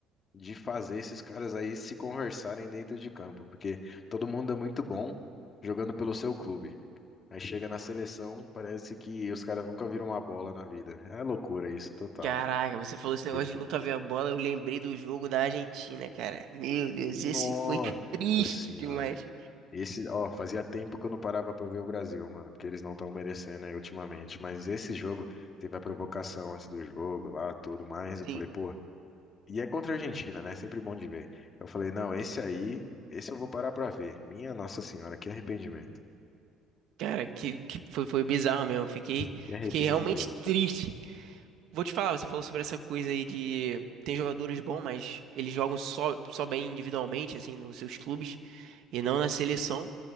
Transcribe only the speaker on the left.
de fazer esses caras aí se conversarem dentro de campo, porque todo mundo é muito bom jogando pelo seu clube. Aí chega na seleção, parece que os caras nunca viram uma bola na vida. É loucura isso, total.
Tem
que...
Nossa
Senhora.
Esse, ó, fazia tempo que eu não parava pra ver o Brasil, mano, porque eles não estão merecendo aí ultimamente. Mas esse jogo teve a provocação antes do jogo lá, tudo mais. Eu
falei, pô, e é contra a Argentina, né? Sempre bom de ver. Eu falei, não, esse aí, esse eu vou parar pra ver. Minha Nossa Senhora, que arrependimento.
Que arrependimento.